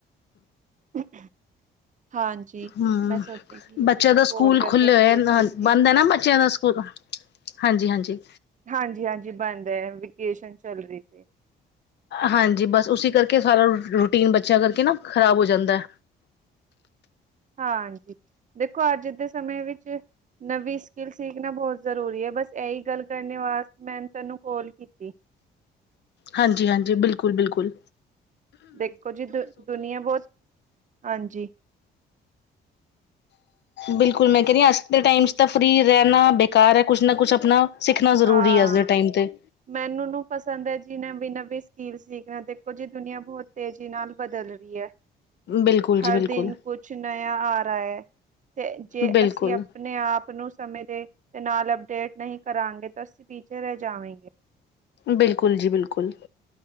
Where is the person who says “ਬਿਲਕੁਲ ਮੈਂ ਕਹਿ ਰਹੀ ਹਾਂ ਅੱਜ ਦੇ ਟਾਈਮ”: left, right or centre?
Left